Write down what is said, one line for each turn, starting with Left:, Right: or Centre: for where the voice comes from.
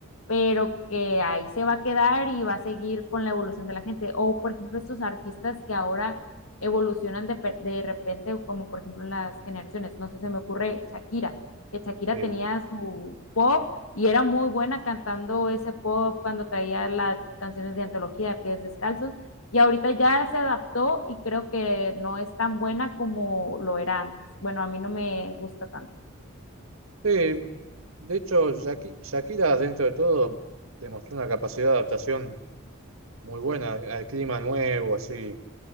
Left: pero que ahí se va a quedar y va a seguir con la evolución de la gente. O, por ejemplo, estos artistas que ahora evolucionan de, pe- de repente, como por ejemplo las generaciones. No sé, se me ocurre Shakira, que Shakira
Right: Sí.
Left: tenía su pop y era muy buena cantando ese pop cuando traía las canciones de antología de Pies Descalzos y ahorita ya se adaptó y creo que no es tan buena como lo era antes. Bueno, a mí no me gusta tanto.
Right: Sí, de hecho, Shaki- Shakira, dentro de todo, demostró una capacidad de adaptación muy buena al clima nuevo, así,